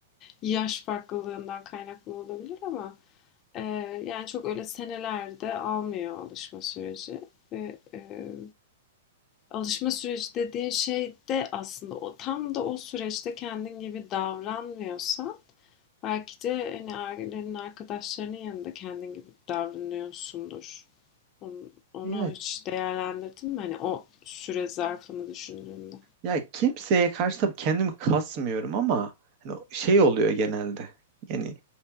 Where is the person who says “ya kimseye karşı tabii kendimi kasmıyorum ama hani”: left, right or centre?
Right